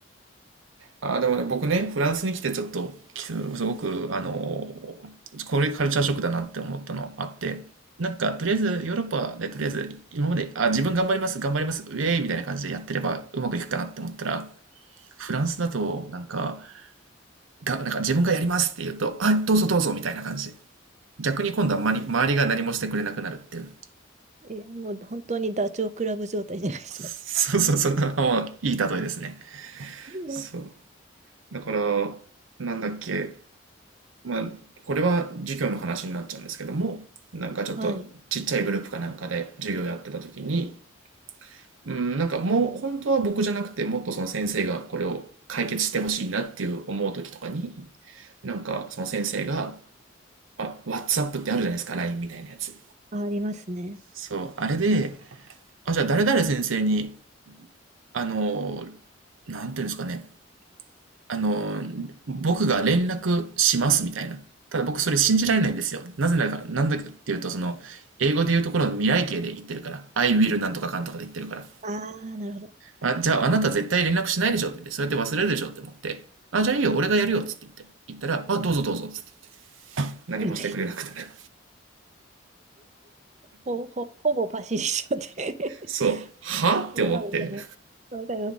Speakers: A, on the right; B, on the right.
A: あー、でもね、僕ね、フランスに来てちょっと、きすごく、あのーこれカルチャーショックだなって思ったのあって、なんか、とりあえず、ヨーロッパで、とりあえず、今まで、あ、自分頑張ります、頑張ります、ウェイみたいな感じでやってればうまくいくかなって思ったら、フランスだと、なんか、が、なんか自分がやりますって言うと、あ、どうぞどうぞみたいな感じで。逆に今度はまに周りが何もしてくれなくなるっていう。
B: え、もう本当にダチョウ倶楽部状態じゃないですか。
A: そうそうそう、あいい例えですね。
B: <laughs>
A: そう。だから、なんだっけ、まあ、これは授業の話になっちゃうんですけども、なんかちょっとちっちゃいグループかなんかで授業やってた時に、
B: はい。
A: うん、なんかもう本当は僕じゃなくて、もっとその先生がこれを解決してほしいなっていう思う時とかに、なんかその先生が、あ、WhatsApp ってあるじゃないですか、LINE みたいなやつ。
B: あ、ありますね。
A: そう、あれで、あ、じゃあ誰々先生に、あの、なんていうんですかね、あの、僕が連絡しますみたいな。ただ僕それ信じられないんですよ。なぜなら、なんだかっていうと、その、英語で言うところの未来形で言ってるから。I will なんとかかんとかで言ってるから。
B: ああ、なるほど。
A: あ、じゃああなた絶対連絡しないでしょって言って、そうやって忘れるでしょって思って、あ、じゃあいいよ、俺がやるよっつって言って、言ったら、あ、どうぞどうぞっつって。何もしてくれなくなる。
B: うんほ、ほ、ほぼパシリ症で。
A: <laughs>
B: <laughs>
A: そう。はって思って。
B: でもわかります、わか